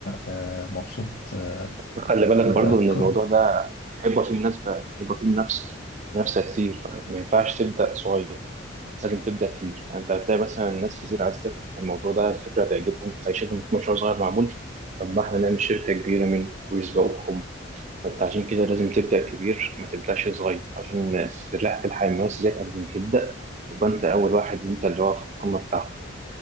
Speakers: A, on the left; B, on the right.
A: آه، مبسوط آه،
B: خلي بالك
A: بالافكار
B: برضو ان الموضوع ده هيبقى فيه مناسبة هيبقى فيه منافسة منافسة كتير فما ينفعش تبدأ صغير لازم تبدأ كبير يعني انت هتلاقي مثلا ناس كتير عايز تفتح الموضوع ده الفكرة هتعجبهم هيشوفوا إن في مشروع صغير معمول طب ما احنا نعمل شركة كبيرة منه ويسبقوكم فانت عشان كده لازم تبدأ كبير ما تبدأش صغير عشان تلاحق تلحق الناس ديت قبل ما تبدأ تبقى انت اول واحد وانت اللي هو في القمة بتاعهم